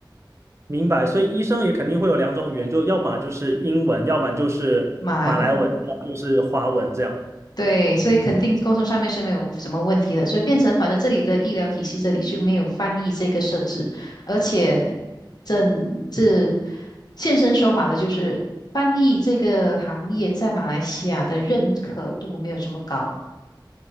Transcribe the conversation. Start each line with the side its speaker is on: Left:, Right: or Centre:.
Right: 明白，所以医生也肯定会有两种语言，就要么就是英文，要不然就是马来文，
Left: 马来文。
Right: 要么就是华文这样。
Left: 对，所以肯定沟通上面是没有什么问题的，所以变成反正这里的医疗体系这里是没有翻译这个设置，而且整这现身说法的就是翻译这个行业在马来西亚的认可度没有这么高。